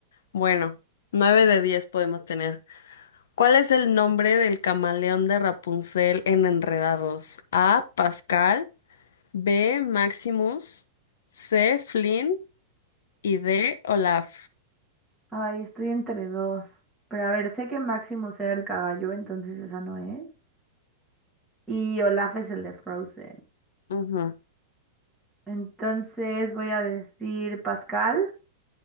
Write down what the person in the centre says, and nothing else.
Ay, estoy entre dos. Pero a ver, sé que Maximus era el caballo, entonces esa no es. Y Olaf es el de Frozen.
Entonces voy a decir Pascal.